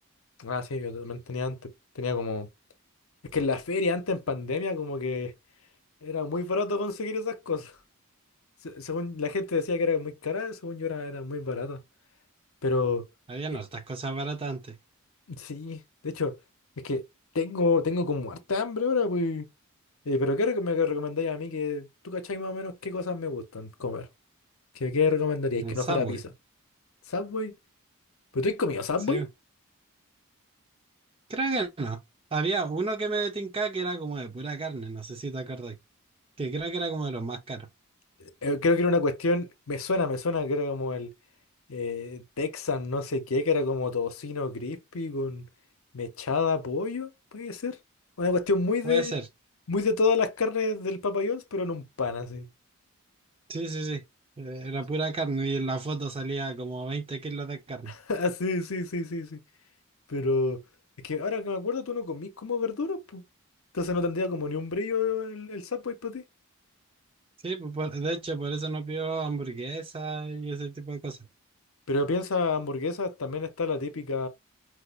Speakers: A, on the left; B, on the right.
A: Ah, sí, yo también tenía antes. Tenía como... Es que en la feria antes en pandemia como que era muy barato conseguir esas cosas. Se- según la gente decía que era muy cara, según yo era, era muy barata. Pero
B: Había
A: eh,
B: no estas cosas baratas antes.
A: sí, de hecho, es que tengo, tengo como harta hambre ahora, pues. Eh, pero ¿qué rec- me recomendáis a mí que tú cacháis más o menos qué cosas me gustan comer? ¿Qué, qué recomendaríais
B: Un
A: que
B: Subway,
A: no fuera pizza? ¿Subway? ¿Pero tú has comido Subway?
B: sí. Creo que no. Había uno que me tincaba que era como de pura carne, no sé si te acordás. Que creo que era como de los más caros.
A: Eh, Creo que era una cuestión, me suena, me suena que era como el eh, Texan no sé qué, que era como tocino crispy con mechada pollo, puede ser. Una cuestión muy de,
B: Puede ser.
A: muy de todas las carnes del Papa John's, pero en un pan así.
B: Sí, sí, sí. Eh, Era
A: Sí.
B: pura carne y en la foto salía como 20 kilos de carne.
A: <laughs> Ah, sí, sí, sí, sí, sí. Pero es que ahora que me acuerdo, tú no comís como verduras, pues. Entonces no tendría como ni un brillo el, el Subway para ti.
B: Sí, pues, por- de hecho, por eso no pido hamburguesa y ese tipo de cosas.
A: Pero piensa hamburguesas, también está la típica.